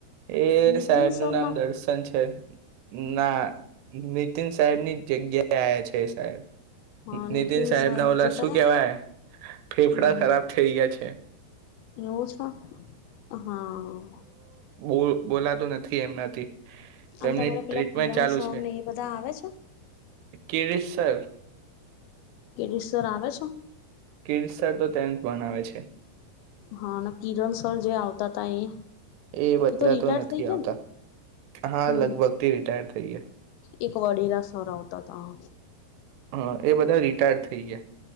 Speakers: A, on the right; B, on the left.
A: એ
B: નીતિન
A: સાહેબનું
B: સર
A: નામ દર્શન છે, ના તીન સાહેબની જગ્યા એ આયા છે સાહેબ
B: હા
A: નીતિન સાહેબ
B: સર
A: ના ઓલા
B: જતા
A: શું
B: રહ્યા
A: કેવાય ફેફડા
B: હમ
A: ખરાબ થઈ ગયા છે.
B: એવું છે, હા
A: ઓ બોલાતું નથી એમનાથી તો
B: અને
A: એમની
B: તમારા
A: ટ્રીટમેન્ટ
B: પેલા કિરણ
A: ચાલુ
B: સરને
A: છે
B: એ બધા આવે છે.
A: કિરીટ સર
B: ગીરીસર આવે છે.
A: ગીરીસ સર તો ટેનથ ભનાવે છે.
B: હા અને કિરણ સર જે આવતા હતા એ
A: એ બધા
B: રિટાયર્ડ
A: તો નથી
B: થઈ ગયા
A: આવતા
B: ને
A: હા
B: હમ
A: લગભગ તે રિટાયર થઈ ગયા
B: એક વડી રા સર આવ તા તા
A: હા એ બધા રિટાયર થઈ ગયા